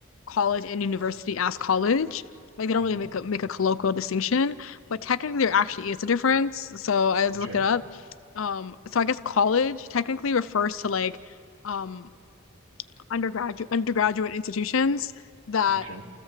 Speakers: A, on the left (about 70°); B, on the right (about 75°).
A: college and university as college. Like they don't
B: hmm
A: really make a make a colloquial distinction, but technically there actually is a difference. So I
B: Okay.
A: just looked it up. Um, so I guess college technically refers to like um undergraduate undergraduate institutions that
B: Okay.